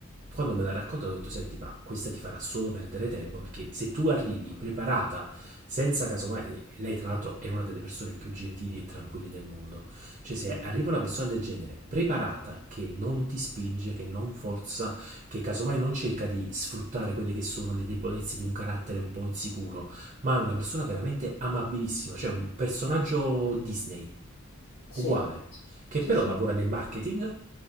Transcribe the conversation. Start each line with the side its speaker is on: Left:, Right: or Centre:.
Right: quando me l'ha raccontato ho detto senti ma questa ti farà solo perdere tempo perché se tu arrivi preparata senza casomai lei tra l'altro è una delle persone più gentili e tranquille del mondo cioè, se
Left: mhm,
Right: arriva una persona del genere preparata, che non ti spinge, che non forza, che casomai non cerca di sfruttare quelle che sono le debolezze di un carattere un po' insicuro, ma è una persona veramente amabilissima, cioè un personaggio Disney,
Left: sì,
Right: uguale, che
Left: sì,
Right: però
Left: sì.
Right: lavora nel marketing,